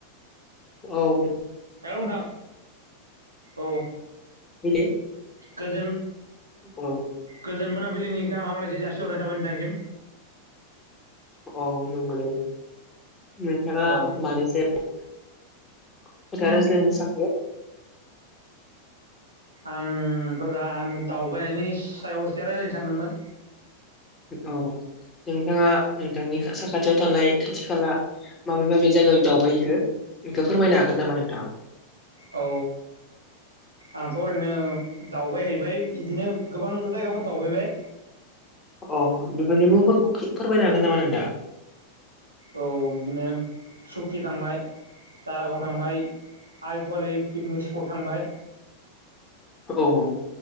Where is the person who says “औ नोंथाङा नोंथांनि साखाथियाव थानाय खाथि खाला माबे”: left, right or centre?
Left